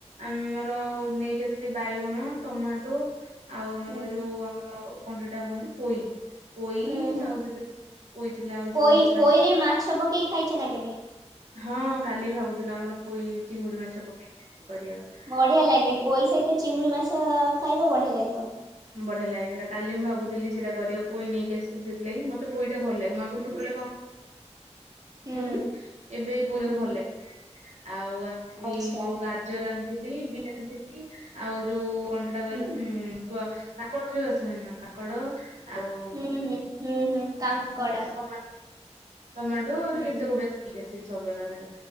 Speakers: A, on the right (about 70°); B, on the right (about 30°).
A: ଆମର। ଆଉ ନେଇକି ଆସିଚି ବାଇଗଣ, ଟମାଟୋ ଆଉ ଆମର
B: ହୁଁ
A: ଯୋଉ ଆମର। କଣ ସେଟା କୁହନ୍ତି ପୋଇ। ପୋଇ
B: ହୁଁ ହୁଁ
A: ଆଉ ସେ ଯୋଉ ପୋଇଥିଲା ଆଉ ଯୋଉ
B: ପୋଇ
A: ସେଟା।
B: ପୋଇରେ ମାଛ ପକେଇ ଖାଇଛ ନା କେବେ?
A: ହଁ କାଲି ଭାବୁଥିଲୁ ଆମର ପୋଇ ଚିଙ୍ଗୁଡି ମାଛ ପକେଇକି କରିବାକୁ।
B: ବଢ଼ିଆ ଲାଗେ ପୋଇ ସହିତ ଚିଙ୍ଗୁଡ଼ି ମାଛ ଖାଇବ ବଢ଼ିଆ ଲାଗିବ।
A: ବଢିଆ ଲାଗେ ସେଟା କାଲି ମୁଁ ଭାବୁଥିଲି ସେଟା କରିବାକୁ ପୋଇ ନେଇକି ଆସିଥିଲି ସେଥିଲାଗି ମୋତେ ପୋଇଟା ଭଲ ଲାଗେ। ମୁଁ ଆଗୁରୁ
B: ହୁଁ
A: ଛୋଟବେଳେ ଖାଉ।
B: ହୁଁ
A: ଏବେ ପୋଇ ମୋତେ
B: ହୁଁ
A: ଭଲ ଲାଗିଲାଣି। ଆଉ ଆଣିଥିଲି
B: ଆଚ୍ଛା
A: ଯୋଉ ଗାଜର ଆନ୍। ଥିଲି ବିଟ୍ ଆଣିଥିଲି। ଆଉ ଯୋଉ କଣ ସେଟା କହିଲ
B: ହୁଁ
A: ଉଁ। କ କାଙ୍କଡ ଯୋଉ ଆସେ ନାଇନା କାଙ୍କଡ। ଆଉ
B: ହୁଁ ହୁଁ ହୁଁ ହୁଁ କାଙ୍କଡ
A: <unintelligible> ଟମାଟୋ ଆହୁରି
B: ହୁଁ
A: କେତେ ଗୁଡେ <unintelligible> ସବୁ ଏକାଥରେ